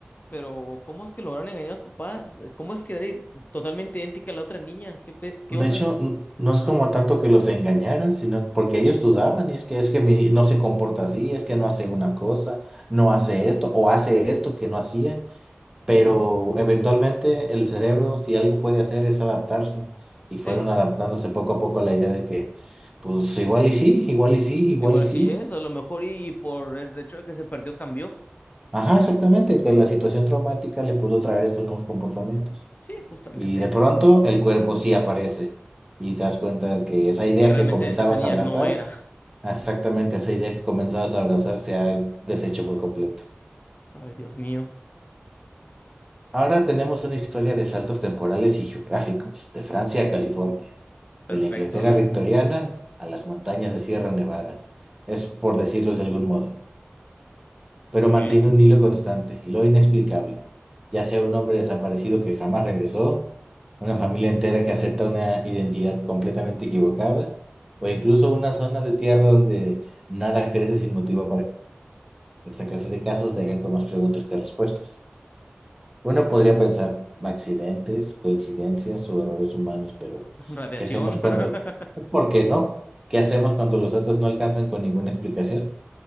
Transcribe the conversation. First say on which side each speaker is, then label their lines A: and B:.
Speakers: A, on the left; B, on the right.
A: Pero, ¿cómo es que lograron engañar a los papás? ¿Cómo es que era i- totalmente idéntica a la otra niña? ¿Qué, pe- qué
B: De
A: onda?
B: hecho, n- no es como tanto que los engañaran, sino porque ellos dudaban, y es que es que mi- no se comporta así, es que no hace una cosa, no hace esto, o hace esto que no hacía, pero eventualmente el cerebro, si algo puede hacer, es adaptarse, y fueron
A: Sí,
B: adaptándose poco a poco a la idea de que, pues igual y sí, igual y sí, igual
A: igual
B: y sí.
A: sí es, a lo mejor y por el hecho de que se perdió cambió.
B: Ajá, exactamente, que la situación traumática le pudo traer estos nuevos comportamientos.
A: Sí, justamente.
B: Y de pronto el cuerpo sí aparece, y te das cuenta que esa
A: De
B: idea
A: que realmente
B: que comenzabas
A: esa niña
B: a abrazar,
A: no era.
B: Exactamente, esa idea que comenzabas a abrazar se ha deshecho por completo.
A: Ay, Dios mío.
B: Ahora tenemos una historia de saltos temporales y geográficos, de Francia a California,
A: Perfecto,
B: de la Inglaterra
A: a ver.
B: victoriana a las montañas de Sierra Nevada. Es por decirlo de algún modo, pero
A: Ok.
B: mantiene un hilo constante, lo inexplicable, ya sea un hombre desaparecido que jamás regresó, una familia entera que acepta una identidad completamente equivocada, o incluso una zona de tierra donde nada crece sin motivo Esta clase de casos dejan con más preguntas que respuestas. Uno podría
A: Ah,
B: pensar accidentes, coincidencias o errores humanos, pero
A: radiación.
B: ¿qué hacemos cuando?
A: <laughs>
B: ¿Por qué no? ¿Qué hacemos cuando los datos no alcanzan con ninguna explicación,